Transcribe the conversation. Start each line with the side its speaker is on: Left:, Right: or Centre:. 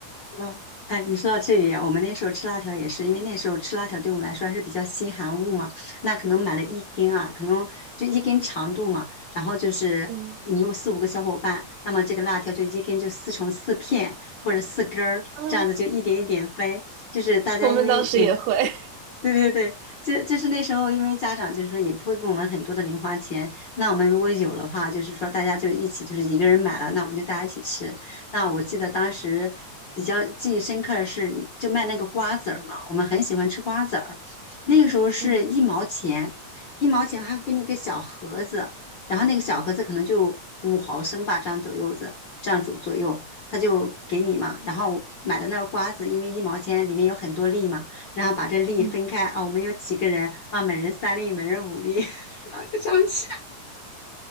Left: 嗯，哎，你说到这里啊，我们那时候吃辣条也是，因为那时候吃辣条对我们来说还是比较稀罕物嘛，那可能买了一根啊，可能就一根长度嘛，然后就是你有四五个小伙伴，
Right: 嗯
Left: 那么这个辣条就一根就撕成四片或者四根儿，
Right: 啊，
Left: 这样子就一点一点分，就是大家因为也
Right: 我们当时也会。<laughs>
Left: 对对对，就就是那时候，因为家长就是说也不会给我们很多的零花钱，那我们如果有的话，就是说大家就一起，就是一个人买了，那我们就大家一起吃。那我记得当时比较记忆深刻的是，就卖那个瓜子儿嘛，我们很喜欢吃瓜子儿，那个时候是一毛钱，
Right: 嗯
Left: 一毛钱还会给你一个小盒子，然后那个小盒子可能就五毫升吧，这样左右子，这样左左右，他就给你嘛。然后买的那个瓜子，因为一毛钱里面有很多粒嘛。然后把这粒分开啊，
Right: 嗯，
Left: 我们有几个人啊，每人三粒，每人五粒，<laughs> 然后就这样吃。